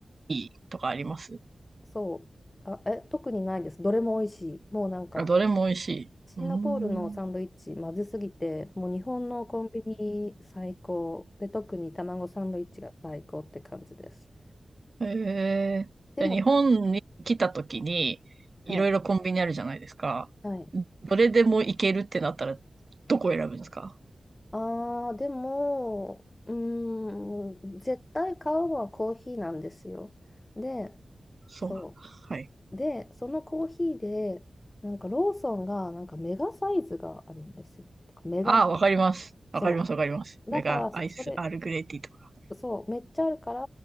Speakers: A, on the right (about 55°); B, on the left (about 30°).
A: ピーとかあります
B: そう。あ、え、特にないです。どれも美味しい。もうなんか、
A: あ、どれも美味しい。
B: シンガポールのサンドイッチ、
A: うーん。
B: まずすぎて、もう日本のコンビニ最高。で、特に卵サンドイッチが最高って感じです。
A: へえ。
B: でも、
A: じゃあ日本に来た時に、
B: たはい、
A: いろいろコンビニあるじゃないですか。
B: はい。
A: どれでも行けるってなったら、どこ選ぶんですか
B: ああでも、うーん、絶対買うのはコーヒーなんですよ。で、
A: そうなんだ。
B: そ
A: はい。
B: う。で、そのコーヒーで、なんかローソンが、なんかメガサイズがあるんですよ。てかメガ、
A: ああ、わかります。わかります、
B: そ
A: わかります。
B: う。だからそ、
A: メガアイス、
B: それ、
A: アールグレイティーとか。
B: そう、めっちゃあるから、